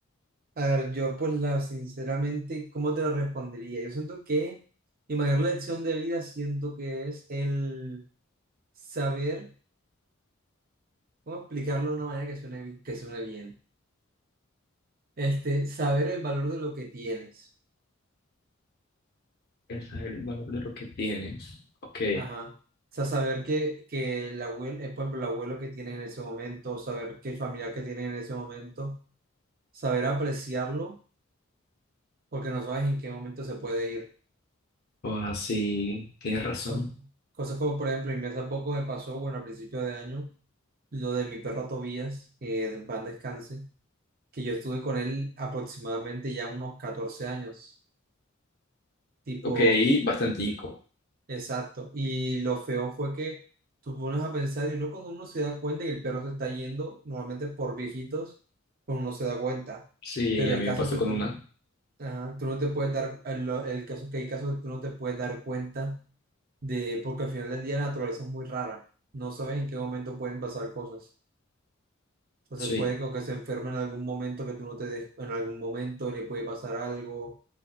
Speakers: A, on the right; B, on the left.
A: A ver, yo pues la, sinceramente, ¿cómo te lo respondería? Yo siento que mi mayor lección de vida siento que es el saber, ¿cómo explicarlo de una manera que suene, bi- que suene bien? Este, saber el valor de lo que tienes.
B: Ese es el valor de lo que tienes. Ok.
A: Ajá. O sea, saber que, que el abuelo, por ejemplo, el abuelo que tienes en ese momento, saber que el familiar que tienes en ese momento, saber apreciarlo, porque no sabes en qué momento se puede ir.
B: O así, tienes razón.
A: co- Cosas como, por ejemplo, y mí hace poco me pasó, bueno, al principio de año, lo de mi perro Tobías, que en paz descanse, que yo estuve con él aproximadamente ya unos 14 años, tipo
B: Ok, bastantico.
A: exacto. Y lo feo fue que tú pones a pensar, y uno cuando uno se da cuenta que el perro se está yendo, normalmente por viejitos, pues uno no se da cuenta.
B: Sí,
A: Pero
B: a
A: hay
B: mí
A: casos
B: me pasó
A: que
B: con
A: tú,
B: una.
A: ajá, tú no te puedes dar, el, el caso es que hay casos que tú no te puedes dar cuenta de, porque al final del día la naturaleza es muy rara. No sabes en qué momento pueden pasar cosas. Entonces
B: Sí,
A: puede que que se enferme en algún momento que tú no te des, en algún momento le puede pasar algo.